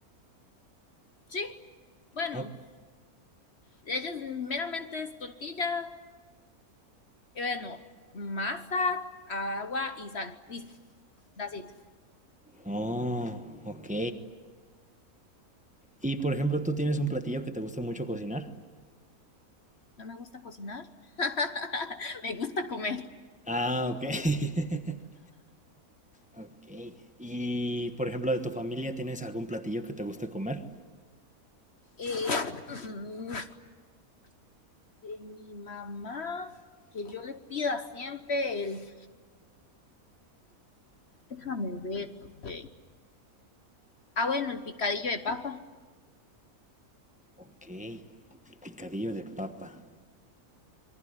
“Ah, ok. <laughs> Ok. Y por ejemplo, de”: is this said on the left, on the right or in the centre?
Centre